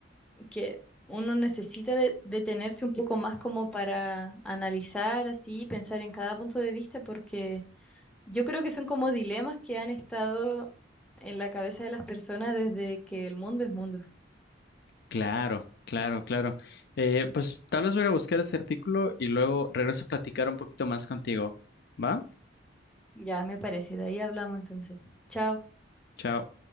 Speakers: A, in the centre; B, on the left.
A: que uno necesita de- detenerse un poco más como para analizar así, pensar en cada punto de vista, porque yo creo que son como dilemas que han estado en la cabeza de las personas desde que el mundo es mundo.
B: Claro, claro, claro. Eh, pues tal vez voy a buscar ese artículo y luego regreso a platicar un poquito más contigo. ¿Va?
A: Ya me parece, de ahí hablamos entonces. Chao.
B: Chao.